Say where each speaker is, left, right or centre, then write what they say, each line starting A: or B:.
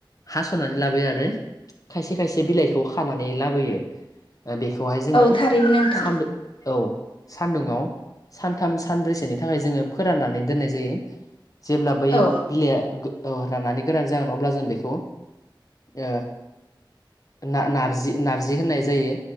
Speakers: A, on the left; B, on the left.
A: हासननानै लाबोयो आरो खायसे खायसे बिलाइखौ खानानै लाबोयो ओ बेखौहाय जोङो
B: औ थारैनो नोंथां
A: सानदुं औ सान्दुंङाव सानथाम सानब्रैसोनि थाखाय जोङो फोराननानै दोननाय जायो जेब्ला बै
B: औ
A: बिलाइया गो औ राननानै गोरान जागोन अब्ला जों बेखौ ओ ना नारजि नारजि होननाय जायो